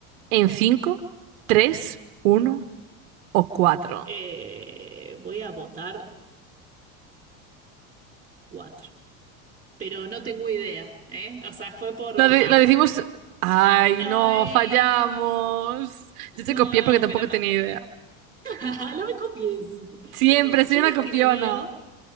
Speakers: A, on the right; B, on the right.
A: ¿En cinco, tres, uno o cuatro?
B: Eh, voy a votar cuatro, pero no tengo idea, ¿eh? O sea, fue por
A: Lo,
B: votar.
A: de- lo decimos... Ay,
B: Ay,
A: no, fallamos. Yo
B: no,
A: te copié
B: no,
A: porque tampoco
B: pero no.
A: tenía idea.
B: <laughs> No me copies.
A: Siempre soy
B: ¿Quién
A: una
B: escribió?
A: copiona.